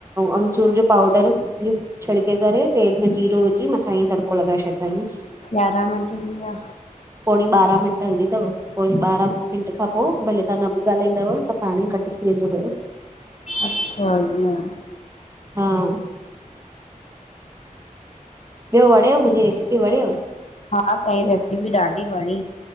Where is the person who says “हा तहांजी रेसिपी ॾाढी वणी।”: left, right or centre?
Left